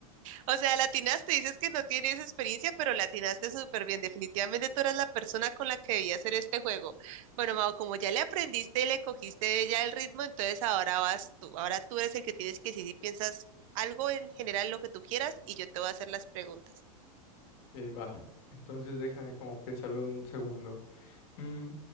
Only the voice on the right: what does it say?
o sea, latinaste. Dices que no tienes experiencia, pero latinaste súper bien. Definitivamente tú eras la persona con la que debía hacer este juego. Bueno, Mau, como ya le aprendiste y le cogiste ya el ritmo, entonces ahora vas tú. Ahora tú eres el que tienes que decir si piensas algo en general, lo que tú quieras, y yo te voy a hacer las preguntas.